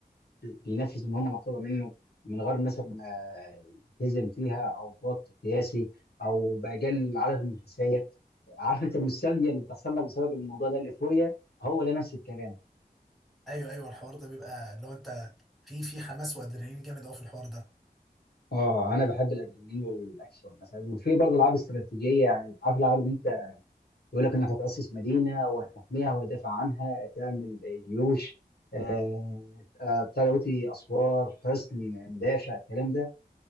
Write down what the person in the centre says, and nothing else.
ايوه ايوه الحوار ده بيبقى اللي هو انت في في حماس وادرينالين جامد قوي في الحوار ده